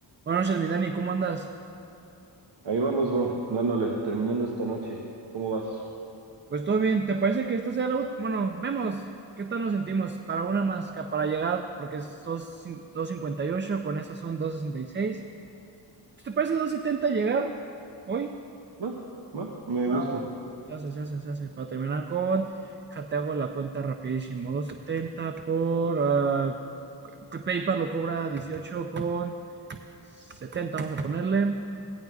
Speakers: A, on the right; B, on the right.
A: Buenas noches, mi Dani, ¿cómo andas?
B: Ahí vamos, bro, dándole, terminando esta noche. ¿Cómo vas?
A: Pues todo bien, ¿te parece que esta sea la última? Bueno, vemos qué tal nos sentimos para una más, ca- para llegar, porque sos cin- doscientos cincuenta y ocho con esas son 2.66. Pues, ¿te parece doscientos setenta llegar hoy?
B: Va, va, me
A: Va,
B: gusta.
A: va. se hace, se hace, se hace. Para terminar con, ja, te hago la cuenta rapidísimo, doscientos setenta por, ah, que PayPal lo cobra dieciocho con setenta. vamos a ponerle,